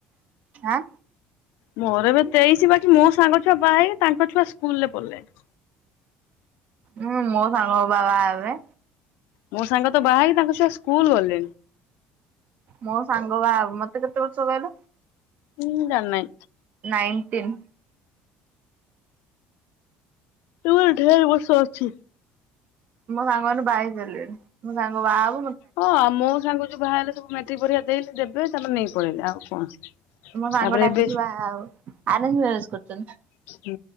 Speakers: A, on the right; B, on the left.
A: ଆଁ।
B: ମୋର ଏବେ ତେଇଶି ବାକି ମୋ ସାଙ୍ଗ ଛୁଆ ବାହା ହେ ତାଙ୍କ ଛୁଆ ସ୍କୁଲ ରେ ପଢ଼ିଲେନି।
A: ହୁଁ ମୋ ସାଙ୍ଗ ବା ବାହା ହେବେ।
B: ମୋ ସାଙ୍ଗ ତ ବାହା ହେକି ତାଙ୍କ ଛୁଆ ସ୍କୁଲ ଗଲେଣି।
A: ମୋ ସାଙ୍ଗ ବାହା ହବ ମତେ କେତେ ବର୍ଷ କହିଲ।
B: ହୁଁ ଜାଣିନି।
A: ନାଇନଟିନ୍।
B: ଏ ଢେର ବର୍ଷ ଅଛି।
A: ମୋ ସାଙ୍ଗ ମାନେ ବହାହେଇସରିଲେନି ମୋ ସାଙ୍ଗ ବାହ
B: ହଁ ଆଉ ମୋ ସାଙ୍ଗ ଯୋ ବାହା ହେଲେ ସବୁ ମେଟ୍ରିକ ପରୀକ୍ଷା ଦେଇତେ ଦେବେ ତାପରେ ନେଇକି ପଳେଇଲେ ଆଉ କଣ।
A: ମୋ ସାଙ୍ଗ
B: ତାପରେ
A: ଡାକିଛି
B: ଏବେ
A: ବାହାକୁ ଆରେଞ୍ଜ ମ୍ୟାରେଜ କରୁଛନ୍ତି।
B: ହୁଁ